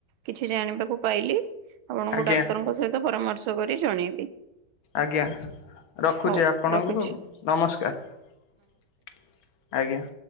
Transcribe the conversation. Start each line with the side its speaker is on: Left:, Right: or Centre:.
Right: କିଛି ଜାଣିବାକୁ ପାଇଲି ଆପଣଙ୍କୁ
Left: ଆଜ୍ଞା
Right: ଡାକ୍ତରଙ୍କ ସହିତ ପରାମର୍ଶ କରି ଜଣେଇବି।
Left: ଆଜ୍ଞା। ରଖୁଛି
Right: ହଉ
Left: ଆପଣଙ୍କୁ
Right: ରଖୁଛି
Left: ନମସ୍କାର ଆଜ୍ଞା।